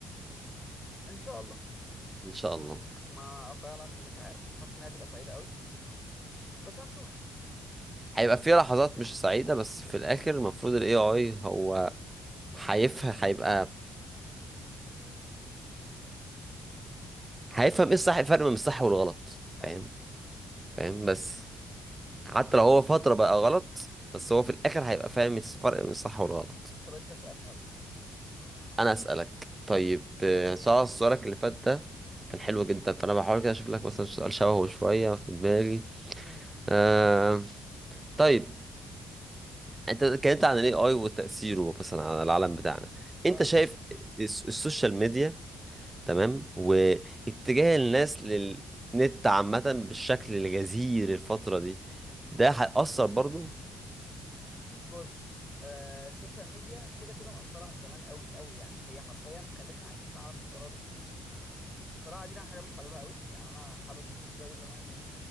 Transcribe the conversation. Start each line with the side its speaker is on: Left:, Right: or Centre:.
Left: ان شاء الله
Right: ان شاء الله
Left: ما فعلا مش عارف مش حاسس انها هتبقى سعيدة قوي بس هنشوف يعني
Right: هيبقى في لحظات مش سعيده بس في الاخر المفروض الاي اي هو هيفهم هيبقى هيفهم ايه الصح الفرق بين الصح والغلط
Left: ايوه
Right: فاهم فاهم بس حتى لو هو فترة بقى غلط بس هو في الاخر هيبقى فاهم الفرق بين الصح والغلط
Left: طب انت اسألني يلا
Right: انا اسألك طيب آه، سؤال سؤالك اللي فات ده كان حلو جدا فانا بحاول كده اشوف لك مثلا سؤال شبهه شوية في دماغي
Left: امم
Right: آه طيب انت اتكلمت عن الاي اي وتأثيره مثلا على العالم بتاعنا
Left: اه
Right: انت شايف الس- السوشيال ميديا تمام واتجاه الناس للنت عامة بالشكل الغزير الفترة دي ده هيأثر برضو
Left: بص آه السوشيال ميديا كده كده مأثرة من زمان قوي قوي يعني هي حرفيا خلتنا عايشين في عالم افتراضي بصراحة دي أنا حاجة مش حاببها قوي يعني انا حابب جو زمان